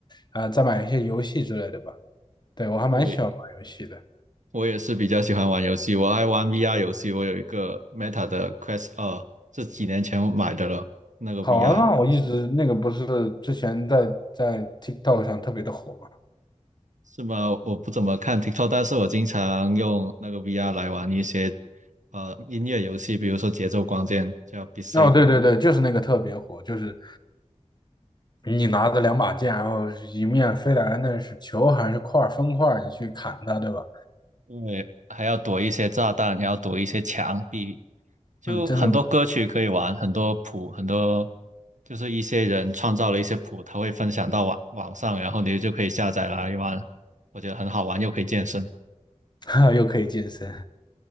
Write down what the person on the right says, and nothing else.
对，我也是比较喜欢玩游戏，我爱玩 VR 游戏。我有一个 Meta 的 Quest 二，是几年前我买的了，那个
VR
游戏
是吗？我不怎么看 TikTok，但是我经常用那个 VR 来玩一些呃音乐游戏，比如说节奏光剑叫 Beat Saber。
因为还要躲一些炸弹，还要躲一些墙壁，就很多歌曲可以玩，
很多谱，很多就是一些人创造了一些谱，他会分享到网网上，然后你就可以下载来玩，我觉得很好玩，又可以健身。